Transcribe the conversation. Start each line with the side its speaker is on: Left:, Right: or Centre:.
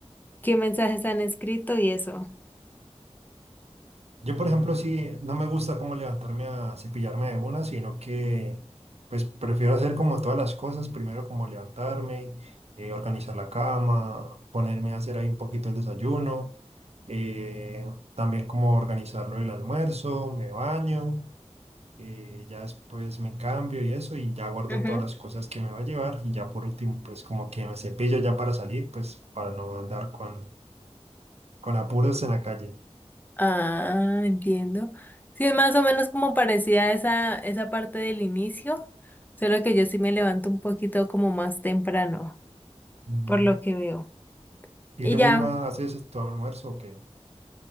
Left: qué mensajes han escrito y eso.
Right: Yo, por ejemplo, sí, no me gusta como levantarme a cepillarme de una, sino que pues prefiero hacer como todas las cosas, primero como levantarme, eh, organizar la cama, ponerme a hacer ahí un poquito el desayuno, eh, también como organizarlo el almuerzo, me baño. eh, ya después me cambio y eso, y ya guardo
Left: Ujú.
Right: todas las cosas que me va a llevar, y ya por último, pues como que me cepillo ya para salir, pues para no andar con, con apuros en la calle.
Left: Ah, entiendo. Sí, es más o menos como parecida a esa, esa parte del inicio, solo que yo sí me levanto un poquito como más temprano.
Right: Mm.
Left: por lo que veo.
Right: ¿Y
Left: Y
Right: tú
Left: ya,
Right: misma haces tu almuerzo o qué?